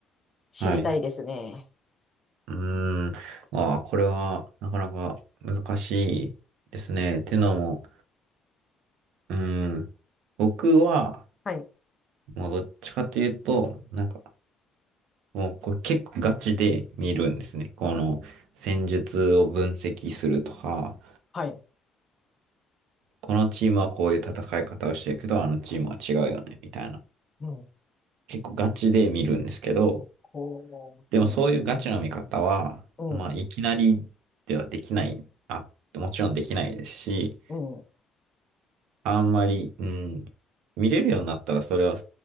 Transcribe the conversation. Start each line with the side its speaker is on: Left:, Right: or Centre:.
Left: 知りたいですね。
Right: はい。うーん。ああ、これは、なかなか難しいですね。っていうのも、うーん。僕は、
Left: はい、
Right: もうどっちかというと、なんか、もうこれ結構ガチで見るんですね。この戦術を分析するとか、
Left: はい、
Right: このチームはこういう戦い方をしてるけど、あのチームは違うよね、みたいな。
Left: うん、
Right: 結構ガチで見るんですけど、
Left: こう、
Right: でもそういうガチの見方は、
Left: うん、うん、
Right: まあ、いきなりではできない。あ、もちろんできないですし、
Left: うん、
Right: あんまり、うん、見れるようになったらそれは、